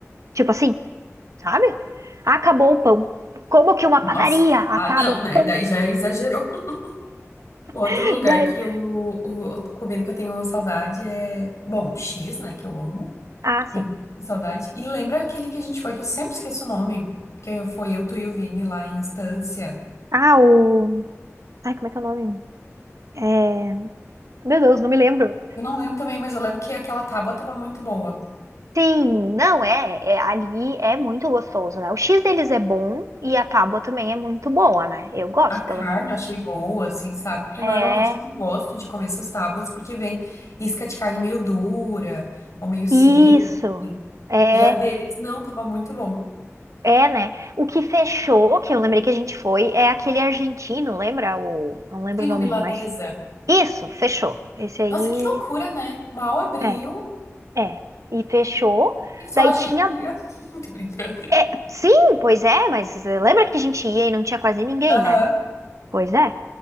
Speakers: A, on the right; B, on the left.
A: Tipo assim, sabe? Acabou o pão. Como que uma padaria
B: Nossa.
A: acaba
B: Ah, não,
A: o
B: né?
A: pão?
B: Daí já exagerou. <laughs> Outro
A: <laughs>
B: lugar
A: Daí...
B: que eu, o, comida que eu tenho saudade é, bom, X, né, que eu amo.
A: Ah, sim.
B: Tenho saudade. E lembra aquele que a gente foi, que eu sempre esqueço o nome, que foi eu, tu e o Vini lá em Estância.
A: Ah, o. Ai, como é que é o nome? É... Meu Deus, não me lembro.
B: Eu não lembro também, mas eu lembro que aquela tábua tava muito boa.
A: Sim, não é, é- ali é muito gostoso, né? O X deles é bom e a tábua também é muito boa, né? Eu gosto,
B: A carne
A: pelo menos.
B: eu achei boa, assim, sabe? Porque normalmente
A: É,
B: eu não gosto de comer essas tábuas porque vem isca de carne meio dura ou meio seca,
A: isso.
B: assim.
A: É,
B: E a deles não, tava muito bom.
A: é, né? O que fechou, que eu lembrei que a gente foi, é aquele argentino, lembra o, não lembro
B: Tem
A: o nome,
B: o milanesa.
A: mas isso, fechou. Esse aí
B: Nossa, que loucura, né? Mal abriu,
A: é, é. E fechou.
B: pensou
A: Daí
B: a gente
A: tinha,
B: ia. <laughs> Tô brincando.
A: é, sim, pois é, mas eh, lembra que a gente ia e não tinha quase ninguém,
B: Aham.
A: né? Pois é.